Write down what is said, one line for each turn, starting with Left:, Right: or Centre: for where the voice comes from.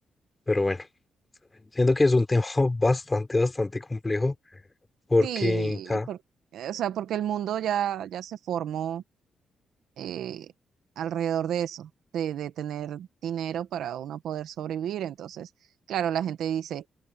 Left: pero bueno, siento que es un tema <laughs> bastante, bastante complejo porque
Right: Sí,
Left: ca-
Right: por- eh, o sea, porque el mundo ya, ya se formó eh, alrededor de eso, de, de tener dinero para uno poder sobrevivir. Entonces, claro, la gente dice,